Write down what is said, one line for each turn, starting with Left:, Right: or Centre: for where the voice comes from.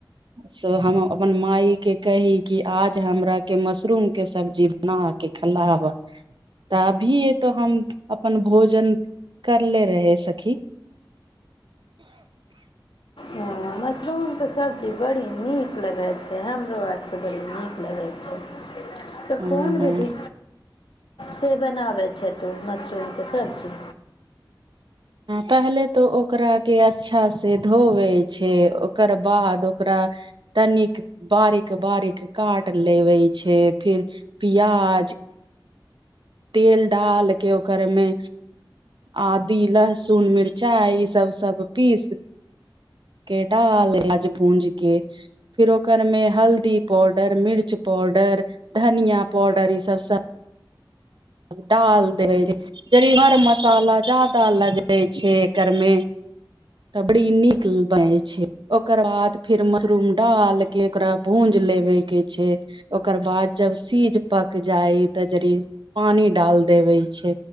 Right: से हम अपन मााय के कही कि आज हमरा के मशरूम के सब्जी बना के खलाब तऽ अभी ए तो हम अपन भोजन करले रहे की
Left: हँ मशरूमके सबजी बड़ी नीक लगै छै हमरो आरके बड़ी नीक लगै छै तऽ
Right: अ
Left: कोन दीदी से बनाबै छै तू मशरूमके सबजी
Right: पहिले तऽ ओकरा के अच्छा से धोवे छै ओकर बाद ओकरा तनिक बारिक बारीक काट लेबे छै फिर प्याज तेल डाल के ओकरमे आ दी लहसुन मिरचाई ईसभ सब पीस के डालाज पूज के फिर ओकर मे हल्दी पाउडर मिर्च पाउडर धनिया पाउडर ईसभ सब डालि देबै जड़ हर मसाला जादा लगै छै एकरमे तऽ बड़ी नीक बनै छै ओकर बाद फेर मशरूम डालि कऽ ओकरा भूजि लेबयके छै ओकर बाद जब सीझ पकि जाइ तऽ जड़ पानी डाल देबे छै